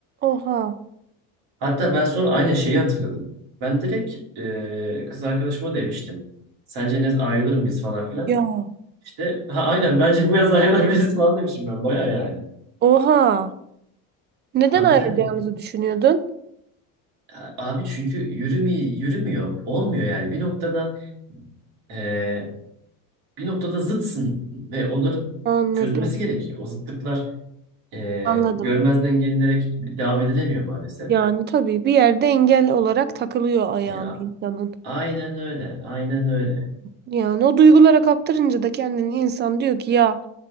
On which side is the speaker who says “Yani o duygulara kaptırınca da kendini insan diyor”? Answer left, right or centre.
Right